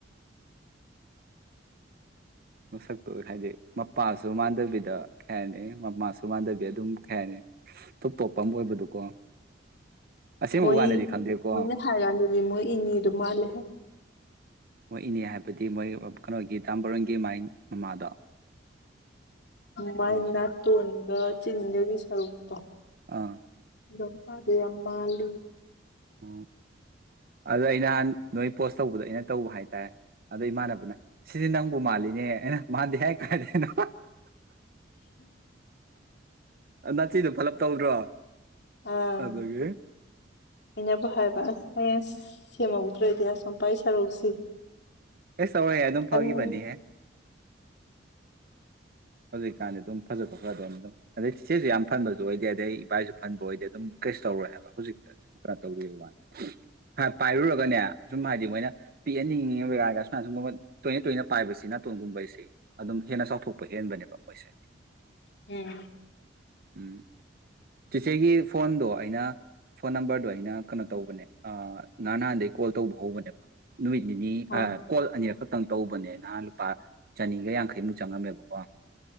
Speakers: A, on the right (about 55°); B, on the left (about 65°).
A: ꯃꯁꯛꯇꯨ ꯍꯥꯏꯗꯤ ꯃꯄꯥꯁꯨ ꯃꯥꯟꯅꯕꯤꯗ ꯀꯩ ꯍꯥꯏꯅꯤ ꯃꯃꯥꯁꯨ ꯃꯥꯟꯅꯕꯤ ꯑꯗꯨꯝ ꯈꯩꯍꯥꯏꯅꯤ ꯇꯣꯞ ꯇꯣꯞꯄ ꯑꯃ ꯑꯣꯏꯕꯗꯨꯀꯣ ꯑꯁꯦꯡꯕ
B: ꯃꯣꯏ
A: ꯀꯥꯟꯗꯗꯤ ꯈꯪꯗꯦꯀꯣ
B: ꯃꯣꯏꯅ ꯍꯥꯏꯀꯥꯟꯗꯗꯤ ꯃꯣꯏ ꯏꯅꯦꯗꯣ ꯃꯥꯜꯂꯦ ꯍꯥꯏ
A: ꯃꯣꯏ ꯏꯅꯦ ꯍꯥꯏꯕꯗꯤ ꯃꯣꯏ ꯀꯩꯅꯣꯒꯤ ꯇꯥꯝꯕꯔꯣꯟꯒꯤ ꯃꯥꯏ ꯃꯃꯥꯗꯣ
B: ꯃꯥꯏ
A: ꯑꯣ
B: ꯅꯠꯇꯣꯟ ꯗꯣꯒꯥ ꯆꯤꯟꯗꯨꯒꯤ ꯁꯔꯨꯛꯇꯣ
A: ꯑꯥ
B: ꯂꯣꯝꯄꯥꯠ ꯗꯨꯌꯝ ꯃꯥꯂꯦ
A: ꯎ ꯑꯗꯣ ꯑꯩꯅꯍꯥꯟ ꯅꯣꯏ ꯄꯣꯁ ꯇꯧꯕꯗꯣ ꯑꯩꯅ ꯇꯧꯕ ꯍꯥꯏꯇꯥꯔꯦ ꯑꯗꯣ ꯏꯃꯥꯟꯅꯕꯅ ꯁꯤꯗꯤ ꯅꯪꯕꯨ ꯃꯥꯜꯂꯤꯅꯦ ꯑꯩꯅ ꯃꯥꯟꯗꯦ ꯍꯥꯏ ꯀꯥꯏꯗꯩꯅꯣ ꯅꯥꯆꯤꯗꯣ ꯐꯂꯞ ꯇꯧꯗ꯭ꯔꯣ
B: ꯑꯥ
A: ꯑꯗꯒꯤ
B: ꯑꯩꯅꯕꯨ ꯍꯥꯏꯕ <unintelligible> ꯁꯦꯝꯍꯧꯗ꯭ꯔꯗꯤ ꯑꯁꯣꯝ ꯄꯩ ꯁꯔꯨꯛꯁꯤ
A: ꯑꯦꯁ ꯇꯧꯔꯣꯏꯍꯦ ꯑꯗꯨꯝ
B: ꯐꯟꯒꯤꯅꯤ
A: ꯐꯒꯤꯕꯅꯤꯍꯦ ꯍꯧꯖꯤꯛꯀꯥꯟꯗꯤ ꯑꯗꯨꯝ ꯐꯖꯊꯣꯛꯈ꯭ꯔꯗꯧꯅꯤ ꯑꯗꯨꯝ ꯑꯗꯩ ꯆꯤꯆꯦꯁꯨ ꯌꯥꯝꯐꯟ ꯑꯣꯏꯗꯦ ꯑꯗꯩ ꯏꯕꯥꯏꯁꯨ ꯐꯟꯕ ꯑꯣꯏꯗꯦ ꯑꯗꯨꯝ ꯀꯦꯁꯨ ꯇꯧꯔꯣꯏ ꯍꯥꯏꯕ ꯍꯧꯖꯤꯛꯇ ꯁꯨꯝ ꯀꯩꯅꯣ ꯇꯧꯗ ꯋꯥꯅꯤ ꯄꯥꯏꯔꯨꯔꯒꯅꯦ ꯁꯨꯝ ꯍꯥꯏꯗꯤ ꯃꯣꯏꯅ ꯄꯤꯛꯍꯅꯤꯡꯉꯤꯉ ꯇꯣꯏꯅ ꯇꯣꯏꯅ ꯄꯥꯏꯕꯁꯤꯅ ꯒꯨꯝꯕꯩꯁꯦ ꯑꯗꯨꯝ ꯍꯦꯟꯅ ꯆꯥꯎꯊꯣꯛꯄ ꯄꯍꯦꯟꯕꯅꯦꯕ ꯃꯣꯏꯁꯦ
B: ꯎꯝ
A: ꯎꯝ ꯆꯤꯆꯦꯒꯤ ꯐꯣꯟꯗꯣ ꯑꯩꯅ ꯐꯣꯟ ꯅꯝꯕꯔꯗꯣ ꯑꯩꯅ ꯀꯩꯅꯣ ꯇꯧꯕꯅꯦ ꯉꯔꯥꯡ ꯅꯍꯥꯟꯗꯩ ꯀꯣꯜ ꯇꯧꯕ ꯍꯧꯕꯅꯦꯕ ꯅꯨꯃꯤꯠ ꯅꯤꯅꯤ
B: ꯑꯥ
A: ꯀꯣꯜ ꯑꯅꯤꯔꯛ ꯇꯧꯕꯅꯦ ꯅꯍꯥꯟ ꯂꯨꯄꯥ ꯆꯅꯤꯒ ꯌꯥꯡꯈꯩꯃꯨꯛ ꯆꯪꯉꯝꯃꯦꯕꯀꯣ ꯋꯥ